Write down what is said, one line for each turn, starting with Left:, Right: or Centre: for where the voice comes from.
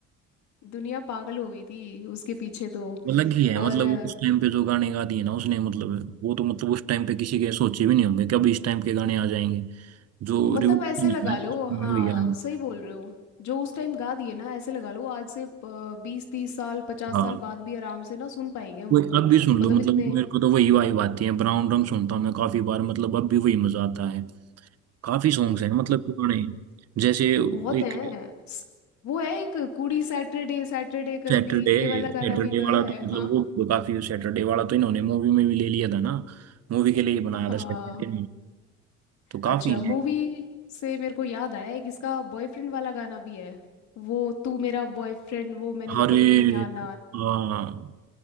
Left: दुनिया पागल हो गई थी उसके पीछे तो
Right: अलग ही है
Left: और
Right: मतलब
Left: अ,
Right: उस टाइम पे जो गाने गा दिए ना उसने मतलब वो तो मतलब उस टाइम पे किसी के सोचे भी नहीं होंगे कि अब इस टाइम के गाने आ जाएंगे जो
Left: मतलब
Right: रिवॉल्यूशन
Left: ऐसे लगा लो हाँ
Right: हुई है
Left: सही बोल रहे हो जो उस टाइम गा दिए ना ऐसे लगा लो आज से बीस तीस साल पचास
Right: हाँ
Left: साल बाद भी आराम से ना सुन पाएंगे हम
Right: वो
Left: उनको
Right: अब भी सुन लो
Left: मतलब
Right: मतलब
Left: इतने
Right: मेरे को तो वही वाइब आती है ब्राउन रंग सुनता हूँ मैं काफी बार मतलब अब भी वही मजा आता है काफी सॉन्ग्स हैं मतलब पुराने जैसे
Left: बहुत
Right: एक
Left: है स- वो है एक कुड़ी सैटरडे सैटरडे कर
Right: सैटरडे
Left: दी ये वाला
Right: सैटरडे
Left: गाना भी तो
Right: वाला
Left: है
Right: तो मतलब
Left: हाँ
Right: वो काफी सैटरडे वाला तो इन्होंने मूवी में भी ले लिया था ना मूवी के लिए ही बनाया
Left: हाँ
Right: था सैटरडे तो काफी
Left: अच्छा मूवी
Right: है
Left: से मेरे को याद आया एक इसका बॉयफ्रेंड वाला गाना भी है वो तू मेरा बॉयफ्रेंड वो मैनू
Right: अरे
Left: कहंदी ना ना
Right: हाँ